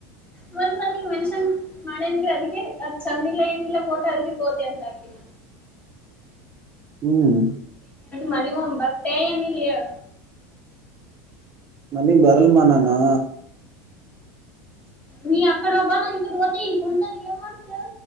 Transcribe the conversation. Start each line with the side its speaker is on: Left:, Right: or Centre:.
Left: ಮ. ಅ ಮನ್ಷ್ಯನ್ ಮಾಡಂಗಿಲ್ಲ ಅದಕೆ ಚಂದಿಲ್ಲ ಏನಿಲ್ಲ ಫೋಟೋ ಅದಕೆ ಕೋತಿ ಅಂತ ಹಾಕಿನ.
Right: ಹ್ಮ್.
Left: ಮಣಿ ಒಂಬತ್. ಅನ ಇಲ್ಲಿ <inaudible>
Right: ಮನಿಗ್ ಬರಲ ಮಾ ನಾನು
Left: ನೀ ಅಕಡೆ ಹೋಗಬಾನ ಈ ಕಡೆ ಹೂತ್ತಿನಿ ಕುಂತಾನ ಏನ್ ಮಾಡ್ತೆಳ